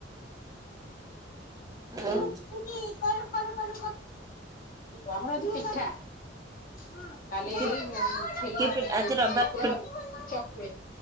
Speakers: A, on the left (about 45°); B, on the right (about 20°).
A: <unintelligible> <unintelligible>
B: ଆଉ
A: ଆଉ କଣ ଆମର ଆଜି ପିଠା। <unintelligible> କାଲି
B: କି
A: ଥିଲା
B: କି ପି ଆଜି ରବିବାର
A: ଶୁକ୍ରାବାର ଚକୁଳି।